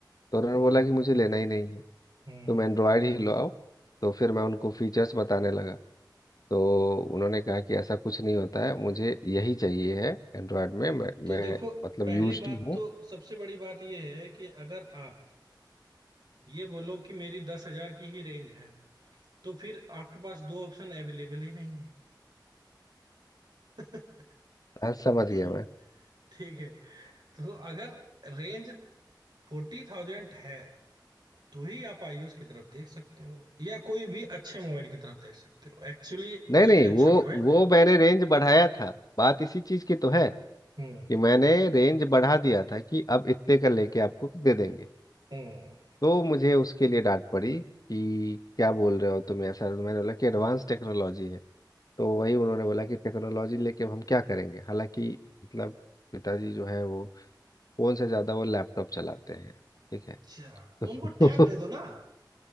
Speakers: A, on the left; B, on the right.
A: तो उन्होंने
B: हम्म
A: बोला कि मुझे लेना ही नहीं है
B: हम्म
A: तुम एंड्रॉयड ही लो आओ तो फिर मैं उनको फीचर्स बताने लगा तो उन्होंने कहा कि ऐसा कुछ नहीं होता है मुझे यही चाहिए है एंड्रॉयड में मैं, मैं
B: तो देखो
A: मतलब
B: पहली
A: यूज्ड
B: बात
A: हूँ
B: तो सबसे बड़ी बात यह है कि अगर आप ये बोलो कि मेरी दस हजार की ही रेंज है तो फिर आपके पास दो ऑप्शन अवेलेबल ही नहीं है <laughs>
A: हाँ समझ गया
B: ठीक
A: मैं
B: ठीक है तो अगर रेंज फोर्टी थाउजेंड है तो ही आप आईओएस की तरफ देख सकते हो या कोई भी अच्छे मोबाइल की तरफ देख सकते हो एक्चुअली
A: नहीं
B: कोई
A: नहीं
B: भी अच्छा
A: वो
B: मोबाइल
A: वो मैंने रेंज बढ़ाया था बात इसी चीज की तो है
B: हम्म
A: कि मैंने रेंज बढ़ा दिया था कि अब इतने का लेके आपको दे देंगे
B: हम्म
A: तो मुझे उसके लिए डांट पड़ी कि क्या बोल रहे हो तुम ऐसा तो मैंने बोला कि एडवांस टेक्नोलॉजी है तो वही उन्होंने बोला कि टेक्नोलॉजी लेके अब हम क्या करेंगे हालांकि मतलब पिताजी जो है वो फोन से ज्यादा वो लैपटॉप चलाते हैं ठीक है
B: अच्छा
A: <laughs>
B: तो उनको टैब दे दो ना